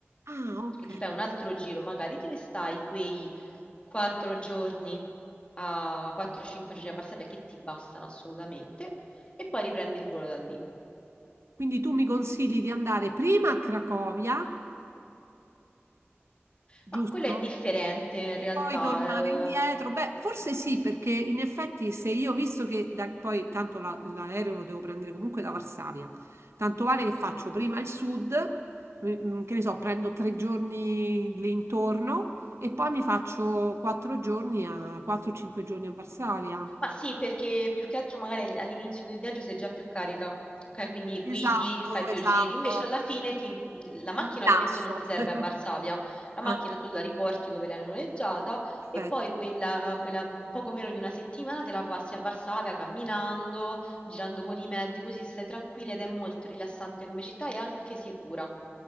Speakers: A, on the right; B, on the left.
A: Ah, ok.
B: perché ti fai un altro giro, magari te ne stai quei quattro giorni a 4-5 giorni a Varsavia che ti bastano assolutamente, e poi riprendi il volo da lì.
A: Quindi tu mi consigli di andare prima a Cracovia, giusto?
B: Ma quello è indifferente in
A: E
B: realtà.
A: poi tornare indietro?
B: ehm,
A: Beh, forse sì, perché in effetti se io, visto che da- poi tanto la- l'aereo lo devo prendere comunque da Varsavia, tanto vale
B: mhm.
A: che faccio prima il sud, mi- mm, che ne so, prendo tre giorni lì intorno e poi mi faccio quattro giorni a 4-5 giorni a Varsavia.
B: Ma sì, perché più che altro magari all'inizio del viaggio sei già più carica, ok? Quindi guidi,
A: Esatto,
B: fai più
A: esatto,
B: giri, invece alla fine ti- la macchina
A: mi rilasso.
B: ovviamente non ti serve
A: <laughs>
B: a Varsavia, la macchina
A: Ah,
B: tu la riporti dove l'hai noleggiata e
A: perfetto.
B: poi quella, quella poco meno di una settimana te la passi a Varsavia camminando, girando con i mezzi, così stai tranquilla ed è molto rilassante come città e anche sicura.